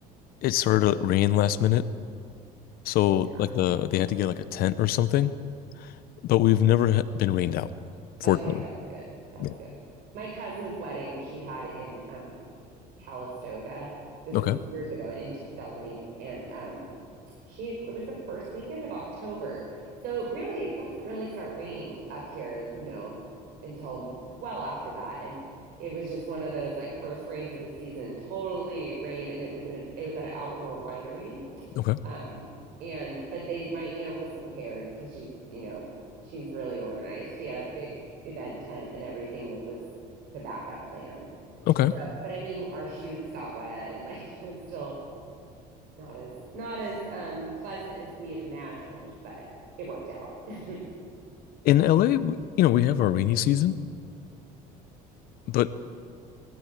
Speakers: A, on the left; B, on the right.
A: it started to rain last minute, so
B: Yeah.
A: like the they had to get like a tent or something. But we've never ha- been rained out, fortunately.
B: Okay, that's good. That's
A: Yeah.
B: good. My cousin's wedding she had in um Calistoga. This
A: Okay.
B: was years ago in 2008 and um She, it was the first weekend of October. So really, it doesn't really start raining up here, you know, until well after that. And it was just one of those like first rains of the season, totally rained. And it was in an, it was at an outdoor winery.
A: Okay.
B: Um, and, but they, my aunt was prepared because she's, you know, she's really organized. She had a big event tent and everything that was the backup plan.
A: Okay.
B: So, but I mean, our shoes got wet and like <laughs> it was still, not as not as um, pleasant as we had imagined, but it worked out, <laughs>
A: In LA, we, you know, we have our rainy season. But